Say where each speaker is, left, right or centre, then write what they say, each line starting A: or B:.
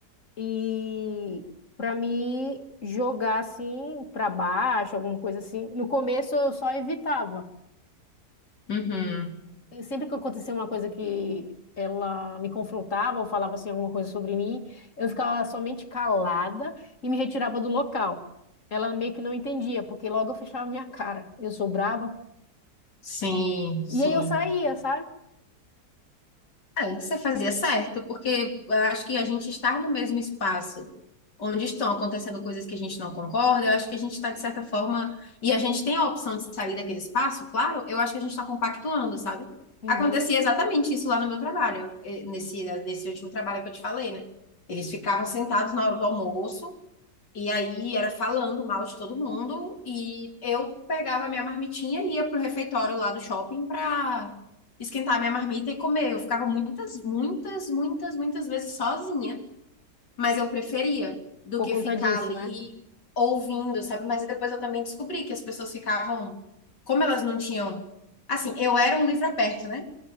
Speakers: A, on the left (about 45°); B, on the left (about 75°).
A: E para mim jogar assim para baixo, alguma coisa assim. No começo eu só evitava.
B: Uhum.
A: E sempre que acontecia uma coisa que ela me confrontava ou falava assim alguma coisa sobre mim, eu ficava somente calada e me retirava do local. Ela meio que não entendia, porque logo eu fechava minha cara. Eu sou braba.
B: Sim, sim.
A: E aí eu saía, sabe?
B: É, você fazia é certo, porque eu acho que a gente estar no mesmo espaço onde estão acontecendo coisas que a gente não concorda, eu acho que a gente está, de certa forma, e a gente tem a opção de sair daquele espaço, claro, eu acho que a gente está compactuando, sabe?
A: Uhum.
B: Acontecia exatamente isso lá no meu trabalho, eh, nesse, nesse último trabalho que eu te falei, né? Eles ficavam sentados na hora do almoço, e aí era falando mal de todo mundo e eu pegava a minha marmitinha e ia pro refeitório lá do shopping pra esquentar a minha marmita e comer. Eu ficava muitas, muitas, muitas, muitas vezes sozinha, mas eu preferia do
A: Por
B: que
A: conta
B: ficar
A: disso,
B: ali
A: né?
B: ouvindo, sabe? Mas depois eu também descobri que as pessoas ficavam, como elas não tinham, assim, eu era um livro aberto, né?